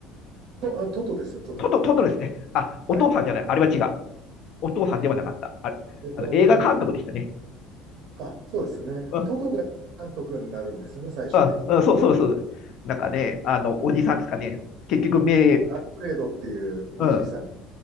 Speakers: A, on the right (about 65°); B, on the left (about 60°).
A: と、あ、トトですよ、トト。
B: トト、トトですね。あ、
A: はい。
B: お父さんじゃない。あれは違う。お父さんではなかった。あれ、
A: えっと、
B: あの映画監督でしたね。
A: あ、そうですね。
B: うん、
A: トトが監督になるんですよね、最終的には。
B: うん、うん、そうそうそうなんかね、あの、おじさんですかね。結局、名、
A: あのアルフレードっていうおじいさん。
B: うん、